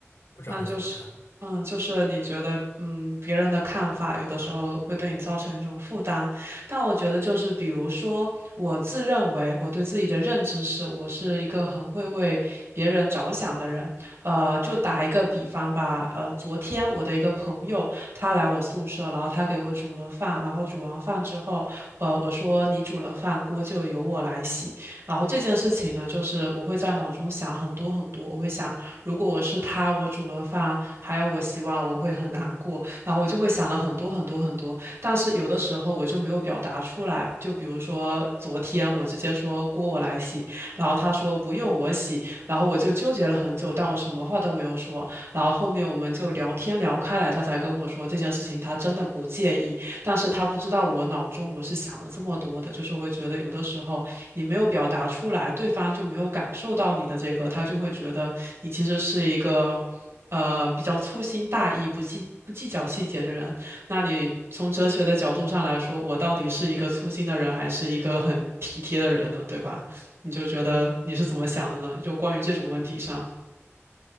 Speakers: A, on the left (about 85°); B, on the right (about 60°).
A: 不知道你怎么看？
B: 那就是，嗯，就是你觉得，嗯，别人的看法有的时候会对你造成一种负担，但我觉得就是，比如说，我自认为我对自己的认知是，我是一个很会为别人着想的人。呃，就打一个比方吧，呃，昨天我的一个朋友他来我宿舍，然后他给我煮了饭，然后煮完饭之后，呃，我说你煮了饭，锅就由我来洗。然后这件事情呢，就是我会在脑中想很多很多，我会想。如果我是他，我煮了饭还要我洗碗，我会很难过。然后我就会想了很多很多很多，但是有的时候我就没有表达出来。就比如说昨天，我直接说锅我来洗，然后他说不用我洗，然后我就纠结了很久，但我什么话都没有说。然后后面我们就聊天聊开来，他才跟我说这件事情他真的不介意，但是他不知道我脑中我是想了这么多的，就是会觉得有的时候。你没有表达出来，对方就没有感受到你的这个，他就会觉得你其实是一个呃比较粗心大意、不计不计较细节的人。那你从哲学的角度上来说，我到底是一个粗心的人，还是一个很体贴的人呢？对吧？你就觉得你是怎么想的呢？就关于这种问题上。